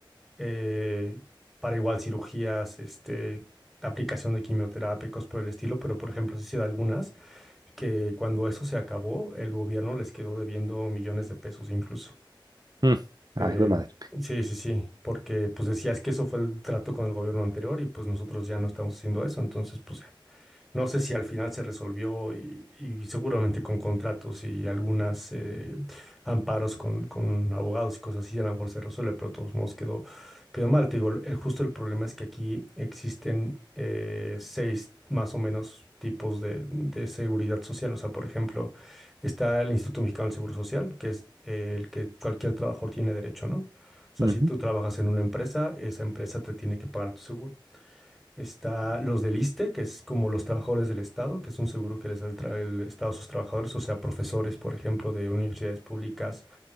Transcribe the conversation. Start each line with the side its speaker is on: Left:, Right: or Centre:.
Centre: eh, para igual cirugías, este, aplicación de quimioterápicos por el estilo, pero por ejemplo, sí se da algunas que cuando eso se acabó, el gobierno les quedó debiendo millones de pesos incluso.
Right: Mm. Ay,
Centre: Eh,
Right: hijo de madre.
Centre: sí, sí, sí, porque pues decías que eso fue el trato con el gobierno anterior y pues nosotros ya no estamos haciendo eso, entonces pues... ya. No sé si al final se resolvió y, y seguramente con contratos y algunas eh, amparos con, con abogados y cosas así, a lo mejor se resuelve, pero de todos modos quedó, quedó mal. Te digo, el- justo el problema es que aquí existen eh, seis más o menos tipos de, de seguridad social. O sea, por ejemplo, está el Instituto Mexicano del Seguro Social, que es eh, el que cualquier trabajador tiene derecho, ¿no? O sea,
Right: Ujú.
Centre: si tú trabajas en una empresa, esa empresa te tiene que pagar tu seguro. Está los del ISSSTE, que es como los trabajadores del Estado, que es un seguro que les da el, tra- el Estado a sus trabajadores, o sea, profesores, por ejemplo, de universidades públicas,